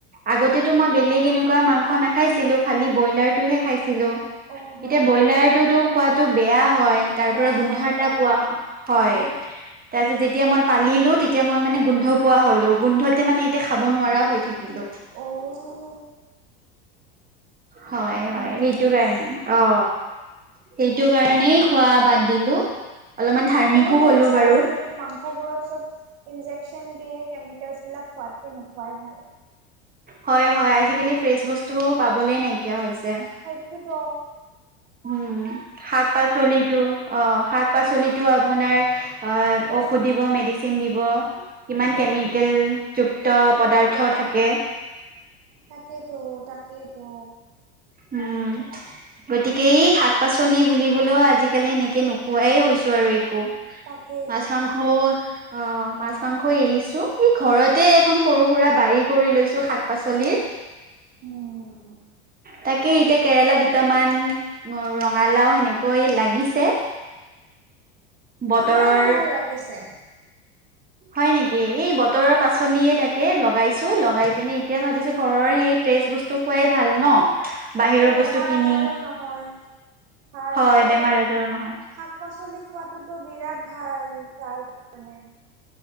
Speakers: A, on the right; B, on the right.
A: আগতেতো মই বেলেগ এনে মাংস নাখাইছিলোঁ, অকল বইলাৰটোহে খাইছিলো।
B: অ হয়
A: এতিয়া ব্ৰইলাৰটোতো
B: নেকি
A: খোবাত টো বেয়া হয়, তাৰ
B: বেয়া
A: পৰা গোন্ধ
B: হয়
A: এটা
B: বেয়া
A: পোৱা
B: হয়
A: হয়।
B: অ
A: তাৰ পিছত যেতিয়া মই পালিলো! তেতিয়া মই মানে গোন্ধ পোৱা হলো, গোন্ধতে মানে এতিয়া খাব নোৱাৰা হৈ থাকিলো।
B: অঁ
A: হয়,
B: নাইচ
A: হয়, সেইটো কাৰণে। অ! সেইটো কাৰণেই
B: অ
A: খোৱা বাদ দিলো। অলপমান ধাৰ্মিকো
B: ভালেই কৰিছে
A: হ'লো বাৰু।
B: আজিকালি মাংসবোৰত চব ইনজেকচন দিয়ে, কেমিকেলচ বিলাক খোৱাতকে নোখোৱাই ভাল।
A: হয়, হয় আজিকালি ফ্ৰেছ বস্তু পাবলেই নাইকিয়া হৈছে।
B: সেইটোত
A: উম শাক পাচলি টো অ শাক পাচলিটো আপোনাৰ অ ঔষধ দিব মেডিচিন দিব কিমান কেমিকেল যুক্ত পদাৰ্থ থাকে
B: তাকেইতো তাকেইতো
A: উম গতিকে এই শাক পাচলি বুলিবলৈও আজিকালি এনেকে নোখোৱাই হৈছোঁ আৰু একো
B: তাকেই
A: মাছ
B: তাকে
A: মাংস অ মাছ মাংস এৰিছো এই ঘৰতে এখন সৰু সুৰা বাৰী কৰি লৈছো শাক পাচলিৰ
B: উম
A: তাকে এতিয়া কেৰেলা দুটামান ৰঙালাও সেনেকৈ লাগিছে বতৰৰ
B: আমাৰো হৱাই লাগিছে
A: হয় নিকি এই বতৰৰ পাচলিয়ে তাকে লগাইছো লগাই পিনে এতিয়া ভাবিছো ঘৰৰ সেই ফেচ বস্তু খুৱাই ভাল ন
B: তাকে
A: বাহিৰৰ
B: বেমাৰ
A: বস্তু কিনি
B: আজাৰো নহয় ভাল
A: হয়
B: আৰু
A: বেমাৰ আজাৰো নহয়
B: শাক পাচলি খোৱাটোত বিৰাট ভাল তাৰ কোনে